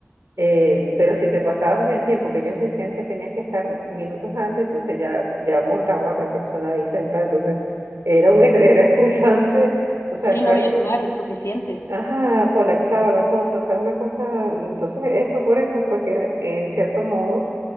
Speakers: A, on the right; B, on the left.
A: eh, pero si te pasabas del tiempo que ellos decían que tenías que estar minutos antes, entonces ya, ya montaban a otra persona ahí sentada. Entonces era, un, <laughs> era estresante, o sea,
B: Sí,
A: estar,
B: no había lugares suficientes.
A: ajá, colapsaba la cosa, o sea, una cosa. Entonces eso por eso, porque en cierto modo